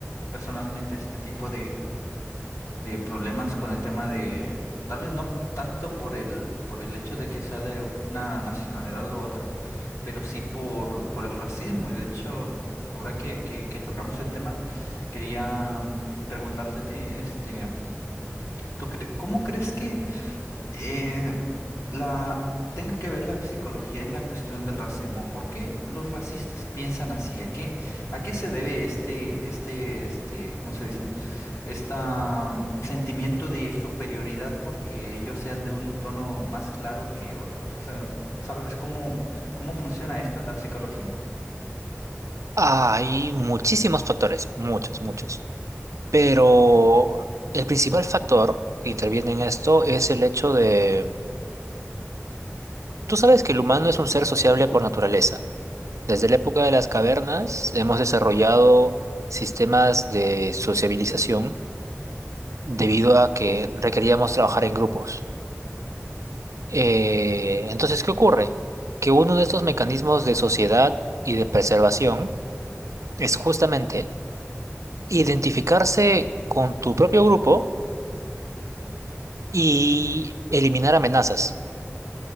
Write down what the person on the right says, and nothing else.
Hay muchísimos factores, muchos, muchos. Pero el principal factor que interviene en esto es el hecho de... Tú sabes que el humano es un ser sociable por naturaleza. Desde la época de las cavernas hemos desarrollado sistemas de sociabilización debido a que requeríamos trabajar en grupos. Eh, entonces, ¿qué ocurre? Que uno de estos mecanismos de sociedad y de preservación es justamente identificarse con tu propio grupo y eliminar amenazas,